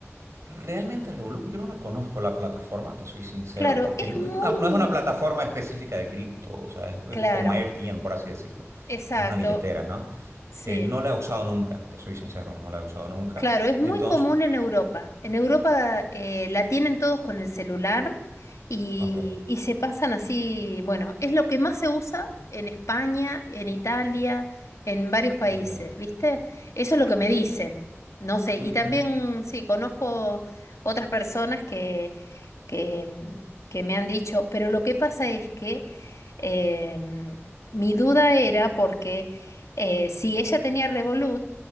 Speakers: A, on the right (about 70°); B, on the left (about 85°).
A: Realmente Revolut, yo no la conozco la plataforma, te soy sincero,
B: Claro,
A: porque
B: es
A: no
B: muy
A: es una, no es una plataforma específica de cripto, o sea, es, es
B: claro.
A: como AirTM, por así decirlo.
B: Exacto.
A: Es una billetera, ¿no?
B: Sí.
A: Eh, no la he usado nunca, te soy sincero, no la he usado nunca.
B: Claro, es muy
A: Entonces,
B: común en Europa. En Europa eh, la tienen todos con el celular y,
A: ok,
B: y se pasan así, bueno, es lo que más se usa en España, en Italia, en varios países,
A: ok.
B: ¿viste? Eso es lo que me dicen. No sé, y
A: ujú,
B: también sí, conozco otras personas que, mm, que me han dicho, pero lo que pasa es que em, mi duda era porque eh, si ella tenía Revolut,